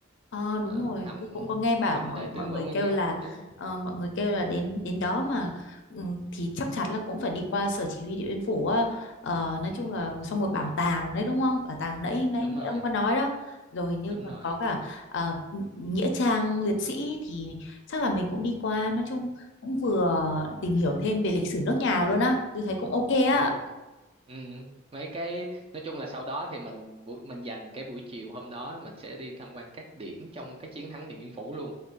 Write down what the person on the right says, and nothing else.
đó
hầm
hầm
đại tướng
Võ Nguyên
Giáp
đúng
ừ,
đúng
rồi
đúng
rồi
ok
ừ. mấy cái nói chung là sau đó thì mình buổi- mình dành cái buổi chiều hôm đó mình sẽ đi tham quan các điểm trong cái chiến thắng Điện Biên Phủ luôn